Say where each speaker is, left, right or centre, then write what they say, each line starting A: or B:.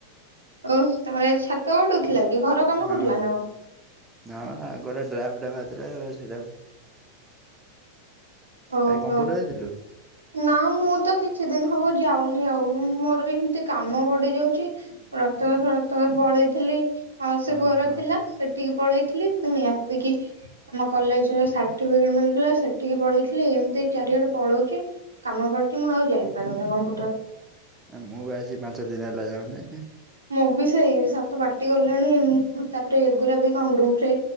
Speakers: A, on the right; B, on the right.
A: ଓହୋ ତମର ଆଜି ଛାତ ପଡୁଥିଲା କି ଘର। କାମ
B: ହଁ
A: ହଉଥିଲା ନା କଣ?
B: ହଁ ଗୋଟେ ଡ୍ରାଫଟା ବାହାରିଥିଲା ସେଟାକୁ।
A: ଅ
B: ଆଜି
A: ହୋ।
B: କମ୍ପ୍ୟୁଟର ଯାଇଥିଲୁ
A: ନା ମୁଁ ତ କିଛି ଦିନ ହବ ଯାଉନି ଆଉ ମୋର ଏମିତି କାମ ପଡିି ଯାଉଚି। ବ୍ରତଘର ବ୍ରତଘର ପଳେଇଥିଲି ଆଉ ସେ
B: ଓହୋ
A: ପୁଅର ଥିଲା। ସେଠିକି ପଳେଇଥିଲି ପୁଣି ଆସିକି ଆମ କଲେଜରେ ସାର୍ଟିଫିକେଟ ମିଳୁଥିଲା ସେଠିକି ପଳେଇ ଏମିତି ଚାରିଆଡେ ପଳଉଛି କାମ ପଡୁଛି ମୁଁ ଆଉ ଯାଇପାରୁନି କମ୍ପୁଟର।
B: ଆ ମୁଁ ବି ଆଜି ପାଞ୍ଚ ଦିନି ହେଲା ଯାଉନି।
A: ମୁଁ ବି ସେଇ ସାର ତ ପାଟି ଗଲେଣି ତାପରେ ଏଗୁୁରା ବି କଣ ଗ୍ରୁପରେ।